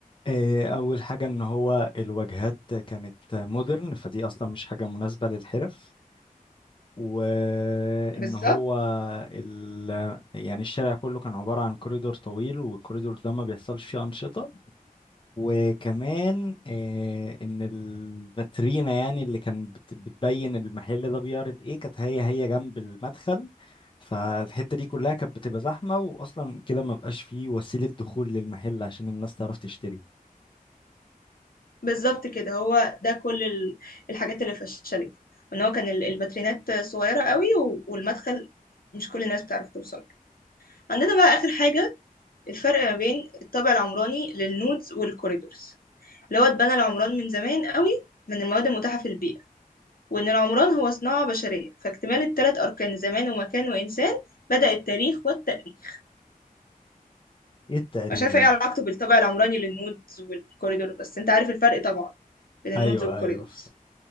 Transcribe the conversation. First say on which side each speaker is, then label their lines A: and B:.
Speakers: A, on the left; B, on the left.
A: إيه، اول حاجه ان هو الواجهات كانت مودرن فدي اصلا مش حاجه مناسبه للحرف وان
B: بالظبط
A: هو ال... يعني الشارع كله كان عبارة عن كوريدور طويل والكوريدور ده ما بيحصلش فيه أنشطة وكمان آه، ان الفاترينا يعني اللي كان بت- بتبين المحل ده بيعرض ايه كانت هي هي جنب المدخل فالحتة دي كلها كانت بتبقى زحمة واصلا كده ما بقاش فيه وسيلة دخول للمحل عشان الناس تعرف تشتري
B: بالظبط كده هو ده كل ال- الحاجات اللي فشلته وان هو كان ال- الباترينات صغيرة قوي و- والمدخل مش كل الناس بتعرف توصل له. عندنا بقى آخر حاجة الفرق ما بين الطابع العمراني للنودز والكوريدورز اللي هو اتبنى العمران من زمان قوي من المواد المتاحة في البيئة وإن العمران هو صناعة بشرية فاكتمال التلات أركان زمان ومكان وإنسان بدأ التاريخ والتأريخ
A: ايه التاريخ
B: مش عارفة
A: ده
B: ايه علاقته بالطابع العمراني للنودز والكوريدور بس انت عارف الفرق طبعا بين النودز
A: ايوه
B: والكوريدورز
A: ايوه